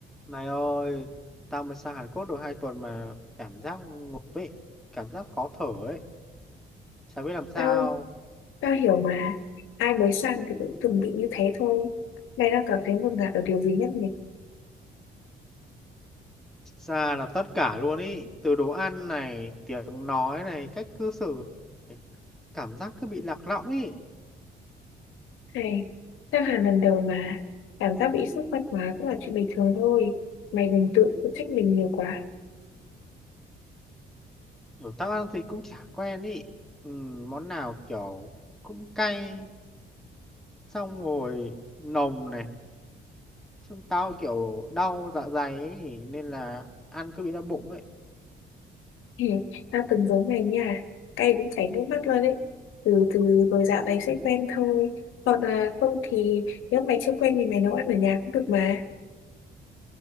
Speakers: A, in the centre; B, on the left (about 90°).
A: Này ơi, tao mới sang Hàn Quốc được hai tuần mà cảm giác ngộp ấy, cảm giác khó thở ấy, chả biết làm sao.
B: Tao, tao hiểu mà Ai mới sang thì cũng từng bị như thế thôi Mày đang cảm thấy ngột ngạt ở điều gì nhất nhỉ
A: Ra là tất cả luôn ý, từ đồ ăn này, tiếng nói này, cách cư xử này, cảm giác cứ bị lạc lõng ý.
B: Hay tao hẳn lần đầu mà Cảm giác bị sốc văn hóa cũng là chuyện bình thường thôi Mày đừng tự trách mình nhiều quá
A: Kiểu tao ăn thì cũng chả quen ý. Ừ, món nào kiểu cũng cay, xong rồi nồng này, xong tao kiểu đau dạ dày ấy, nên là ăn cứ bị đau bụng ấy.
B: <laughs> Hì, Tao từng giống mày nha Cay đến chảy nước mắt luôn đấy Từ từ rồi dạo này sẽ quen thôi Còn là không thì Nếu mày chưa quen thì mày nấu ăn ở nhà cũng được mà